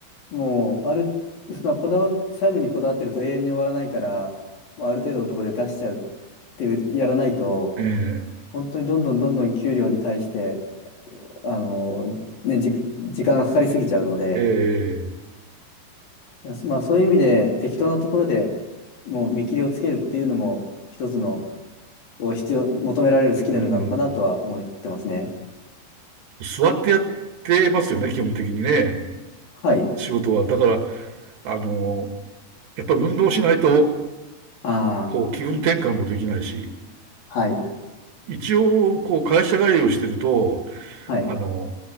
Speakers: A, on the left; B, on the right.
A: もう、ある、そのこだわ、細部にこだわってると永遠に終わらないから、もうある程度のところで出しちゃうっていう、やらないと、
B: え
A: 本当にどんどんどんどん給料に対して、あのーね、じ、時間がかかりすぎちゃうので、
B: えええ
A: まあそういう意味で適当なところでもう見切りをつけるっていうのも一つの、を必要、求められるスキルなのかなとは思ってますね。
B: うん、座ってやってますよね、基本的にね。
A: はい。
B: 仕事は。だから、あの、やっぱり運動しないと
A: あ
B: こう、気分転換もできないし、
A: あ、はい、
B: 一応、こう、会社帰りをしてると、
A: はい、
B: あの、